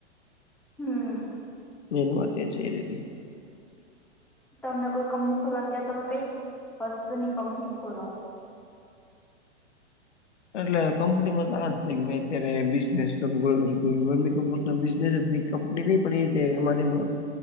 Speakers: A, in the centre; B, on the left.
A: હમ.
B: મેન વાત એ છે એ રીતે
A: તમને કોઈ કંપની ખોલવાની કેય તો તમે કઈ વસ્તુની કંપની ખોલો?
B: એટલે કંપનીમાં તો આ જ તે કે મે અત્યારે બિઝનેસ શરૂ કર્યો છે તો ઈ <inaudible> બિઝનેસ જ નહીં કંપની નહી પણ એમાં ને એમાં